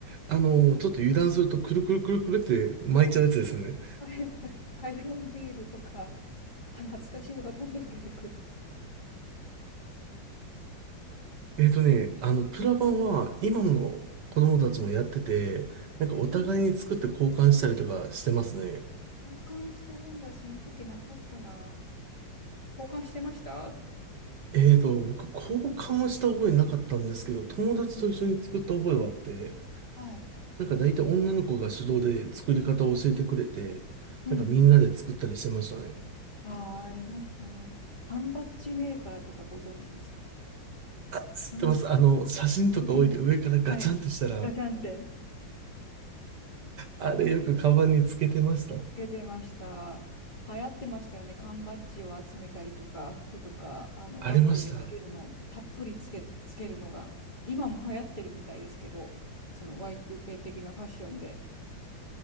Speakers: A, on the right; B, on the left.
A: あの、ちょっと油断するとくるくるくるくるって巻いちゃうやつですよね。
B: あれアイロンビーズとか、あ、懐かしいのがどんどん出てくる。
A: えっとね、あの、プラ版は今の子供たちもやってて、なんかお互いに作って交換したりとかしてますね。
B: へえ交換してるんだ。その時なかったな。交換してました
A: えっと、僕交換はした覚えなかったんですけど、
B: トルさんが。
A: 友達と一緒に作った覚えはあって、
B: うんはい。
A: なんか大体女の子が主導で作り方を教えてくれて、
B: うん。
A: なんかみんなで作ったりしてましたね。
B: ああ、ありましたね。缶バッジメーカーとかご存知ですか
A: 知ってます。
B: 缶、
A: あの、写真とか置いて上からガチャンってしたら、
B: パキンって。はい。ガチャンって。
A: あれよくカバンにつけてました。
B: 出てました。流行ってましたよね。缶バッジを集めたりとか、服とか、あの、
A: ありました。
B: バッグにつけるのを、たっぷりつけ、つけるのが、今も流行ってるみたいですけど、その Y2K 的なファッションで、